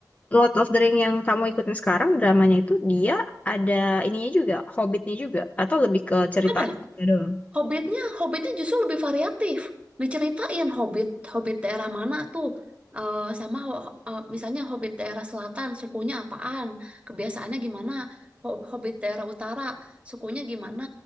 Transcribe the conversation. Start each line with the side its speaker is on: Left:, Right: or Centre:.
Left: Lord of the Ring yang kamu ikutin sekarang dramanya itu dia ada ininya juga, Hobbitnya juga atau lebih ke cerita
Right: Ada.
Left: Ya doang.
Right: Hobbitnya, Hobbitnya justru lebih variatif. Diceritain Hobbit, Hobbit daerah mana tuh, Eh, sama ho- ho- eh, misalnya Hobbit daerah selatan, sukunya apaan, kebiasaannya gimana. Ho- Hobbit daerah utara, sukunya gimana,